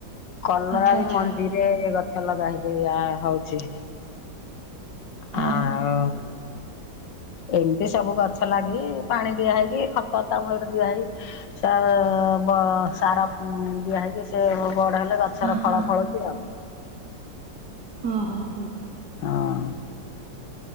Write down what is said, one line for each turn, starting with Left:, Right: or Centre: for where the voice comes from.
Left: କଲରା
Right: ଆଚ୍ଛା ଆଚ୍ଛା
Left: ବି ମନ୍ଦିର ଟ ଗଛ ଲଗା ହେକି ୟା ହଉଛି
Right: ହଁ
Left: ଆଉ ଏମିତି ସବୁ ଗଛ ଲାଗି ପାଣି ଦିଆହଇକି ଖତ ତାମୂଳରେ ଦିଆହେଇ ସେ ବ ସାର ଦିଆ ହେଇକି ସେ ବଢ ଗଛର
Right: ହଁ
Left: ଫଳ
Right: ହଁ
Left: ଫଳ କି ଆଉ
Right: ହଁ ହୋ ହୋ
Left: ହଁ